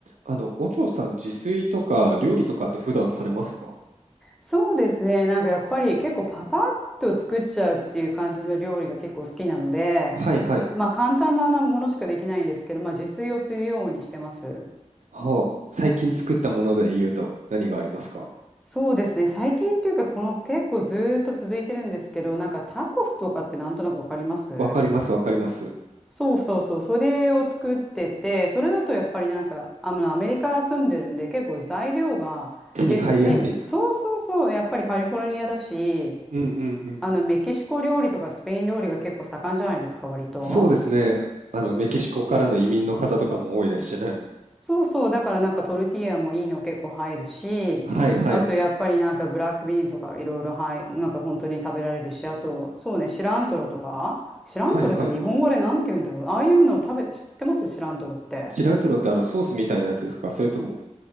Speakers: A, on the right; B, in the centre.
A: あの、お嬢さん、自炊とか料理とかって普段されますか
B: そうですね。なんかやっぱり結構パパッと作っちゃうっていう感じの料理が結構好きなので、
A: はいはい。
B: まあ簡単なものしかできないんですけど、まあ自炊をするようにしてます。
A: はあ、最近作ったもので言うと何がありますか
B: そうですね。最近っていうか、この結構ずーっと続いてるんですけど、なんかタコスとかってなんとなくわかります
A: わかります、わかります。
B: そうそうそう。それを作ってて、それだとやっぱりなんか、あの、アメリカ住んでるんで、結構材料が結構丁寧。
A: 手に入りやすいんですか
B: そうそうそう。やっぱりカリフォルニアだし、
A: うんうんうん。
B: あの、メキシコ料理とかスペイン料理が結構盛んじゃないですか、割と。
A: そうですね。あの、メキシコからの移民の方とかも多いですしね。
B: そうそう、だからなんかトルティーヤもいいの結構入るし、
A: はいはい。
B: あとやっぱりなんかブラックビーンとかいろいろ入、なんか本当に食べられるし、あと、そうね、シラントロとか、シラントロって日本語でなんて言うんだろう。
A: はいはい。
B: ああいうのを食べ、知ってますシラントロって。
A: シラントロってあのソースみたいなやつですかそれとも、